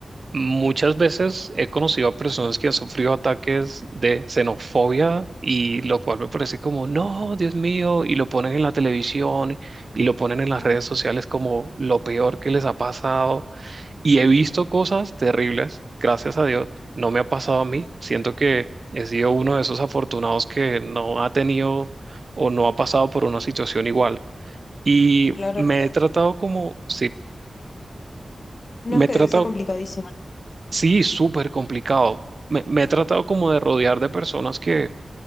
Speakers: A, on the right; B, on the left.
A: muchas veces he conocido a personas que han sufrido ataques de xenofobia y lo cual me parece como, no, Dios mío, y lo ponen en la televisión y lo ponen en las
B: Claro.
A: redes sociales como lo peor que les ha pasado Y he visto cosas terribles, gracias a Dios, no me ha pasado a mí. Siento que he sido uno de esos afortunados que no ha tenido o no ha pasado por una situación igual. Y
B: Sí, claro.
A: me
B: sí.
A: he tratado como, sí,
B: No,
A: me
B: es que
A: he tratado,
B: debe ser complicadísima.
A: sí, súper complicado. Me, me he tratado como de rodear de personas que